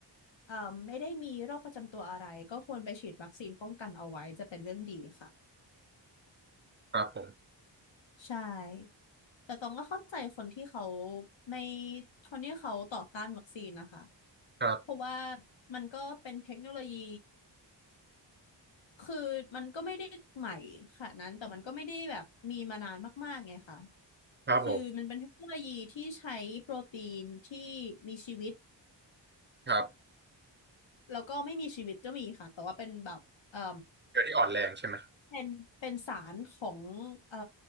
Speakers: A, on the left; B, on the right.
A: เอ่อไม่ได้มีโรคประจำตัวอะไรก็ควรไปฉีดวัคซีนป้องกันเอาไว้จะเป็นเรื่องดีค่ะ
B: ครับผม
A: ใช่แต่ตองก็เข้าใจคนที่เขาไม่คนที่เขาต่อต้านวัคซีนนะคะ
B: ครับ
A: เพราะว่ามันก็เป็นเทคโนโลยี คือมันก็ไม่ได้ใหม่ขนาดนั้นแต่มันก็ไม่ได้แบบมีมานานมากๆไงค่ะ
B: ครับผม
A: คือมันเป็นเทคโนโลยีที่ใช้โปรตีนที่มีชีวิต
B: ครับ
A: แล้วก็ไม่มีชีวิตก็มีค่ะแต่ว่าเป็นแบบเอ่อ
B: เกิดที่อ่อนแรงใช่ไหม
A: เป็นเป็นสารของเอ่อ